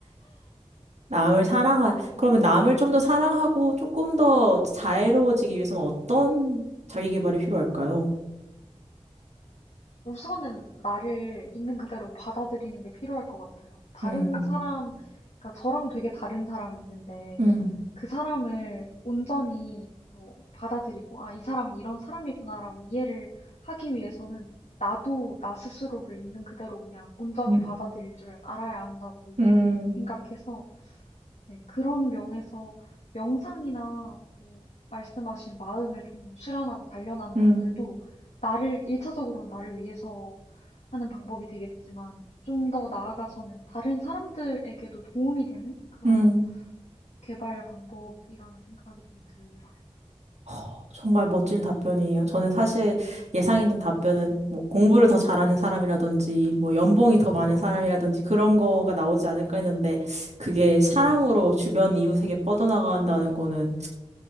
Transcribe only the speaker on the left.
네.
우선은 나를 있는 그대로 받아들이는 게 필요할 것 같아요. 다른
사람, 그러니까 저랑 되게 다른 사람이 있는데
그 사람을 온전히 뭐 받아들이고, 아, 이 사람은 이런 사람이구나라고 이해를 하기 위해서는 나도 나 스스로를 있는 그대로 그냥 온전히
받아들일 줄 알아야 한다고
생각해서 네, 그런 면에서 명상이나 뭐 말씀하신 마음을 좀 수련하고 단련하는
것들도 나를, 일차적으로는 나를 위해서 하는 방법이 되겠지만 좀 더 나아가서는 다른 사람들에게도 도움이 되는 그런
개발 방법이라는 생각이 좀 들어요.
어,